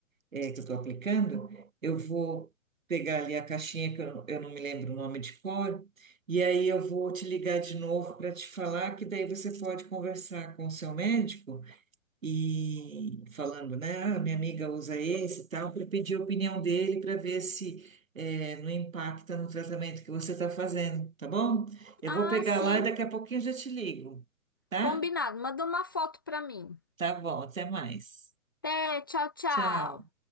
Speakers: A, on the right; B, on the left.
A: é, que eu estou aplicando, eu vou pegar ali a caixinha que eu, não- eu não me lembro o nome de cor, e aí eu vou te ligar de novo para te falar que daí você pode conversar com o seu médico e falando, né? Ah, minha amiga usa esse e tal, para pedir a opinião dele para ver se eh, não impacta no tratamento que você está fazendo, tá bom? Eu
B: Ah,
A: vou pegar
B: sim.
A: lá e daqui a pouquinho eu já te ligo, tá?
B: Combinado. Manda uma foto para mim.
A: Tá bom, até mais.
B: Até, tchau, tchau.
A: Tchau.